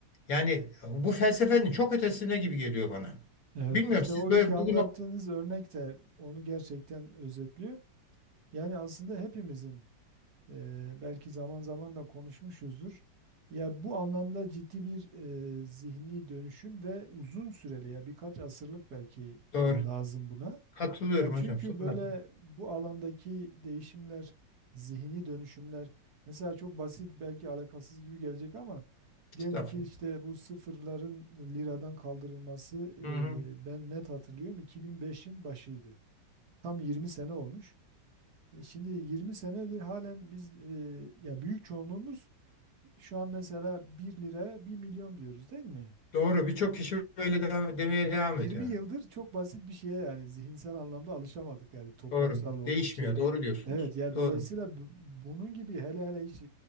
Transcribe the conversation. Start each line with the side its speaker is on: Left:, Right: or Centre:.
Left: Yani bu felsefenin çok ötesine gibi geliyor bana.
Right: evet.
Left: Bilmiyorum
Right: İşte
Left: siz
Right: o
Left: böyle
Right: ilk anlattığınız
Left: bugün
Right: örnek de onu gerçekten özetliyor. Yani aslında hepimizin e, belki zaman zaman da konuşmuşuzdur. Ya bu anlamda ciddi bir e, zihni dönüşüm ve uzun süreli ya birkaç asırlık belki
Left: doğru
Right: e, lazım buna.
Left: katılıyorum
Right: Ya çünkü
Left: hocam sonuna
Right: böyle
Left: kadar.
Right: bu alandaki değişimler, zihni dönüşümler mesela çok basit belki alakasız gibi gelecek ama diyelim
Left: Estağfurullah.
Right: ki işte bu sıfırların liradan kaldırılması e,
Left: Hı hı.
Right: ben net hatırlıyorum 2005'in başıydı. Tam 20 sene olmuş. E, Şimdi 20 senedir halen biz e, ya büyük çoğunluğumuz şu an mesela bir liraya bir milyon diyoruz değil mi?
Left: Doğru birçok kişi böyle devam, demeye
Right: Yani
Left: devam
Right: 20
Left: ediyor.
Right: yıldır çok basit bir şeye yani zihinsel anlamda alışamadık yani toplumsal
Left: Doğru.
Right: o
Left: Değişmiyor.
Right: şeyle.
Left: Doğru diyorsunuz.
Right: Evet ya
Left: Doğru.
Right: dolayısıyla bu- bunun gibi hele hele hiç